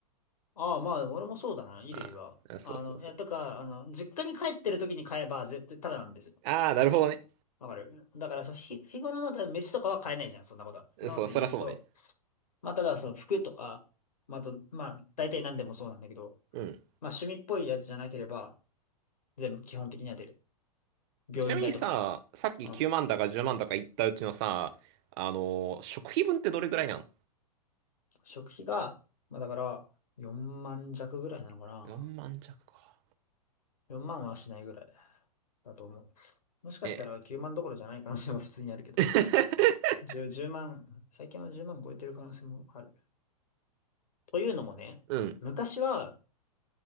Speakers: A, on the left; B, on the right.
A: ああ、まあ、でも俺もそうだな、衣類は。
B: ああ、そうそうそう。
A: あの、いや、とか、あの、実家に帰ってる時に買えば、絶対タダなんですよ。
B: ああ、なるほどね。
A: わかるだから、そう、日、日頃の、多分飯とかは買えないじゃん、そんなことは。そんなことできないけど。
B: そう、そりゃそうね。
A: まあ、ただ、その服とか、まあ、あと、まあ、大体何でもそうなんだけど、
B: うん。
A: まあ、趣味っぽいやつじゃなければ、全部基本的には出る。病院代とかね。
B: ちなみにさ、さっき9万だか10万だか言ったうちのさ、
A: うん
B: あのー食費分ってどれぐらいなの
A: 食費が、まあだから4万弱ぐらいなのかな。
B: ?4 万弱か。
A: 4万はしないぐらいだと思う。もしかしたら9万どころじゃない可能性も普通にあるけど。
B: え、<laughs>
A: 10、万、最近は10万超えてる可能性もある。というのもね、
B: うん、
A: 昔は、